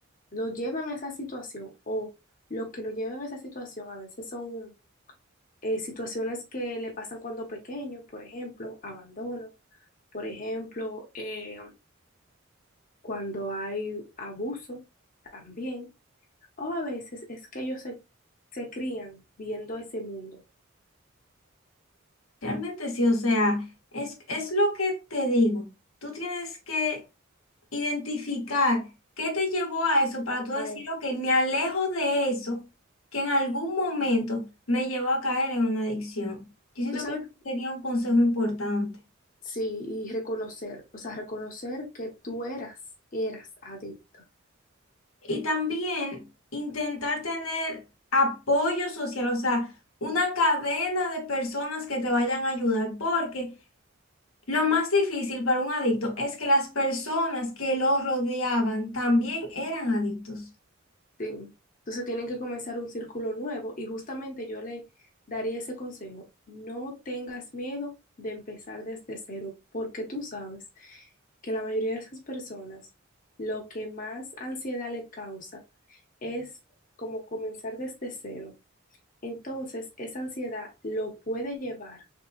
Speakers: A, on the left; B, on the left.
A: lo llevan a esa situación o lo que lo llevan a esa situación a veces son eh, situaciones que le pasan cuando pequeño, por ejemplo, abandono, por ejemplo, eh, cuando hay abuso también, o a veces es que ellos se, se crían viendo ese mundo.
B: Realmente sí, o sea, es, es lo que te digo. Tú tienes que identificar qué te llevó a eso para tú decir,
A: Ay.
B: ok, me alejo de eso que en algún momento me llevó a caer en una adicción. Yo siento
A: Tú sabes,
B: que sería un consejo importante.
A: sí, y reconocer, o sea, reconocer que tú eras, eras adicto.
B: Y también intentar tener apoyo social, o sea, una cadena de personas que te vayan a ayudar, porque... Lo más difícil para un adicto es que las personas que lo rodeaban también eran adictos.
A: Sí. Entonces tienen que comenzar un círculo nuevo y justamente yo le daría ese consejo. No tengas miedo de empezar desde cero, porque tú sabes que la mayoría de esas personas lo que más ansiedad le causa es como comenzar desde cero. Entonces, esa ansiedad lo puede llevar